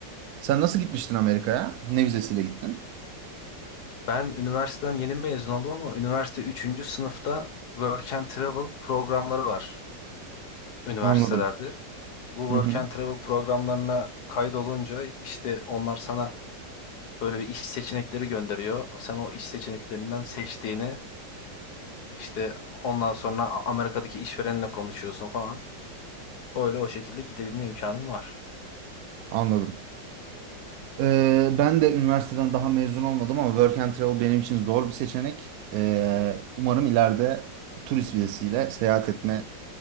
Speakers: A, on the right; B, on the left.
A: Sen nasıl gitmiştin Amerika'ya? Ne vizesiyle gittin?
B: Ben üniversiteden yeni mezun oldum ama üniversite üçüncü sınıfta Work and Travel programları var üniversitelerde.
A: Anladım.
B: Bu Work
A: Hı hı,
B: and Travel programlarına kaydolunca işte onlar sana böyle bir iş seçenekleri gönderiyor. Sen o iş seçeneklerinden seçtiğini işte ondan sonra Amerika'daki işverenle konuşuyorsun falan. Öyle o şekilde gidebilme imkanın var.
A: anladım. Ee, ben de üniversiteden daha mezun olmadım ama work and travel benim için zor bir seçenek. Ee, umarım ileride turist vizesiyle seyahat etme